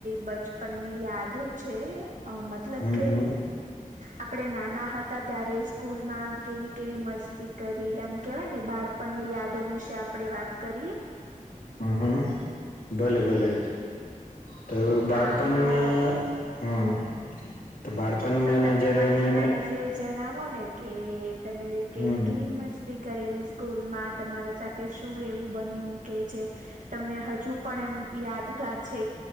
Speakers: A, on the right (about 65°); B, on the left (about 80°).
A: બચપનની યાદો છે અ મતલબ
B: હમ
A: કે
B: હમ
A: આપણે નાના હતા ત્યારે સ્કૂલમાં કેવી કેવી મસ્તી કરી એમ કેવાયને બાળપણની યાદો વિશે આપડે વાત કરીએ.
B: હમ હમ ભલે ભલે તો બાળપનમાં
A: હા તો
B: હમ તો બાળપણમાં
A: તો તમે
B: જયારે
A: મને
B: અમે
A: એના
B: એને
A: વિશે જણાવો ને કે તમે કેવી
B: હમ્મ.
A: કેવી મસ્તી તી કરેલી સ્કૂલમાં તમારા સાથે શું એવું બન્યું કે જે તમને હજુ પણ એમ યાદગાર છે